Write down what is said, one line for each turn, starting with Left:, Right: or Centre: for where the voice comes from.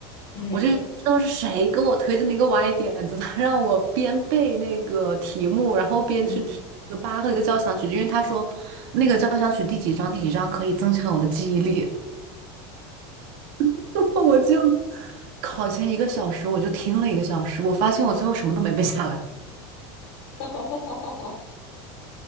Left: 嗯
Right: 我就不知道是谁跟我推荐的一个歪点子，他让我边背那个题目，然后边去听一个八和一个交响曲，
Left: 嗯，
Right: 因为他说那个交响曲第几章第几章可以增强我的记忆力，<laughs> 我就考前一个小时我就听了一个小时，我发现我最后什么都没背下来。
Left: <laughs> 哈哈哈哈哈哈，